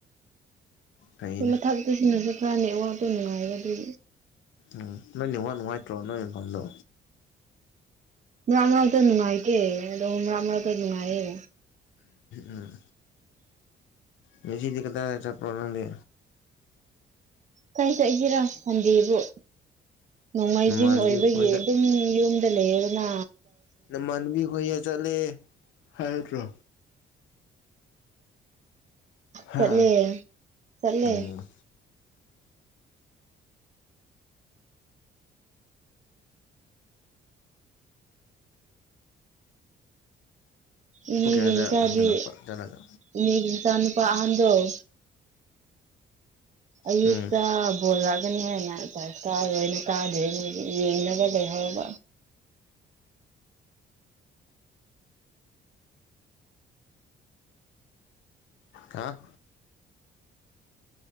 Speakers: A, on the left; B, on the right.
A: ꯐꯩꯅꯦ
B: ꯁꯤ ꯃꯊꯛꯇ ꯁꯤꯟꯅꯁꯨ ꯈꯔ ꯅꯦꯠꯋꯥꯛꯇꯣ ꯅꯨꯡꯉꯥꯏꯕ ꯑꯗꯨꯒꯤ
A: ꯎꯝ ꯅꯣꯏ ꯅ‌ꯦꯋꯥꯛ ꯅꯨꯡꯉꯥꯏꯇ꯭ꯔꯣ ꯅꯣꯏ ꯃꯐꯝꯗꯣ
B: ꯃꯔꯛ ꯃꯔꯛꯇ ꯅꯨꯡꯉꯥꯏꯇꯦ ꯑꯗꯣ ꯃꯔꯛ ꯃꯔꯛꯇ ꯅꯨꯡꯉꯥꯏꯌꯦ
A: ꯎꯝ ꯉꯁꯤꯗꯤ ꯀꯗꯥꯏ ꯆꯠꯄ꯭ꯔ‌ꯣ ꯅꯪꯗꯤ
B: ꯀꯥꯏ ꯆꯠꯒꯦꯔꯥ ꯁꯟꯗꯦꯕꯨ ꯅꯣꯡꯃꯥꯏꯖꯤꯡ
A: ꯅꯃꯥꯟꯅꯕꯤ
B: ꯑꯣꯏꯕꯒꯤ
A: ꯈꯣꯏꯗ
B: ꯑꯗꯨꯝ ꯌꯨꯝꯗ ꯂꯩꯔ‌ꯦꯗꯅ
A: ꯅꯃꯥꯟꯅꯕꯤ ꯈ‌ꯣꯏꯌ ꯆꯠꯂꯦ ꯍꯥꯏꯔꯛꯇ꯭ꯔꯣ ꯍꯥ
B: ꯆꯠꯂꯦ ꯆꯠꯂꯦ
A: ꯑꯣ
B: ꯏꯅ‌ꯦꯒꯤ
A: ꯄꯨꯡ ꯀꯌꯥꯗ
B: ꯃꯆꯥꯗꯤ
A: ꯍꯧꯒꯠꯂꯛꯄ ꯆꯠꯂꯒ
B: ꯏꯅ‌ꯦꯒꯤ ꯃꯆꯥ ꯅꯨꯨꯄꯥ ꯑꯍꯟꯗ‌ꯣ ꯑꯌꯨꯛꯇ
A: ꯎꯝ
B: ꯕꯣꯜ ꯂꯥꯛꯀꯅꯤ ꯍꯥꯏꯅ ꯆ꯭ꯔꯁ ꯀꯥꯔꯣꯏꯅ ꯀꯥꯗ꯭ꯔ‌ꯦ ꯃꯣꯏꯗꯤ ꯌꯦꯡꯅꯕ ꯂꯩꯍꯧꯕ
A: ꯍꯥ